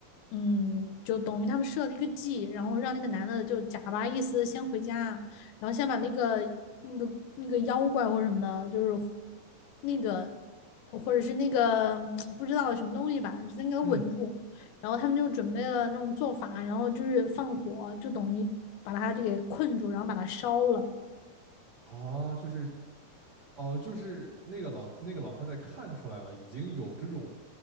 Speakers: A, on the left; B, on the right.
A: 嗯，就等于他们设了一个计，然后让那个男的就假巴意思先回家，然后先把那个那个那个妖怪或者什么的，就是那个或者是那个嗯不知道什么东西吧，先给它稳住。
B: 嗯，
A: 然后他们就准备了那种做法，然后就是放火，就等于把它就给困住，然后把它烧了。
B: 啊，就是哦，就是那个老那个老太太看出来了，已经有这种